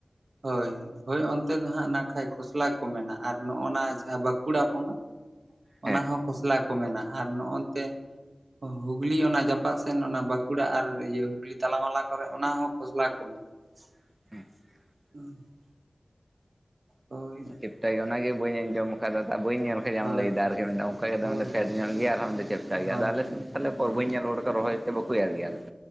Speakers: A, on the right (about 85°); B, on the right (about 25°).
A: ᱦᱳᱭ ᱦᱳᱭ ᱚᱱᱛᱮ ᱫᱚ ᱦᱟᱸᱜ ᱱᱟᱜ ᱠᱷᱟᱡ ᱠᱷᱚᱥᱞᱟ ᱠᱚ ᱢᱮᱱᱟ ᱟᱨ ᱱᱚᱜᱼᱱᱟ ᱡᱟᱦᱟᱸ ᱵᱟᱠᱩᱲᱟ ᱠᱚ ᱚᱱᱟ? ᱚᱱᱟ
B: ᱦᱮᱸ
A: ᱦᱚᱸ ᱠᱷᱚᱥᱞᱟ ᱠᱚ ᱢᱮᱱᱟ ᱟᱨ ᱱᱚᱜᱼᱚ ᱱᱚᱛᱮ ᱦᱩᱜᱽᱞᱤ ᱚᱱᱟ ᱡᱟᱯᱟᱜ ᱥᱮᱱ ᱚᱱᱟ ᱵᱟᱸᱠᱩᱲᱟ ᱟᱨ ᱤᱭᱟᱹ ᱦᱩᱜᱽᱞᱤ ᱛᱟᱞᱟᱢᱟᱞᱟ ᱠᱚᱨᱮ ᱚᱱᱟ ᱦᱚᱸ ᱠᱷᱚᱥᱞᱟ ᱠᱚ ᱢᱮᱱᱟ᱾ <inaudible>
B: <inaudible>
A: <inaudible> ᱦᱳᱭ
B: ᱪᱮᱯᱴᱟ ᱜᱮᱭᱟ ᱚᱱᱟᱜᱮ ᱵᱟᱹᱧ ᱟᱸᱡᱚᱢ ᱠᱟᱫᱟ ᱫᱟ ᱵᱟᱹᱧ ᱧᱮᱞ ᱯᱷᱮᱟᱢ
A: ᱦᱳᱭ
B: ᱞᱟᱹᱭᱮᱫᱟ ᱟᱨᱠᱤ ᱢᱮᱱᱫᱟ ᱚᱱᱠᱟᱜᱮ ᱟᱫᱚ
A: ᱦᱳᱭ
B: ᱯᱷᱮᱰ ᱧᱚᱜ ᱜᱮ ᱟᱨᱦᱚᱸᱫᱚ ᱪᱮᱯᱴᱟ ᱜᱮᱭᱟ
A: ᱦᱳᱭ
B: ᱟᱫᱚ
A: ᱦᱳᱭ
B: ᱟᱞᱮ <unintelligible> ᱛᱟᱦᱚᱞᱮ ᱦᱚᱨ ᱵᱟᱹᱧ ᱧᱮᱞ ᱨᱚᱲᱟᱲᱫᱟ ᱨᱚᱦᱚᱭ ᱛᱮ ᱵᱟᱠᱚ ᱮᱨ ᱜᱮᱭᱟ ᱟ <unintelligible>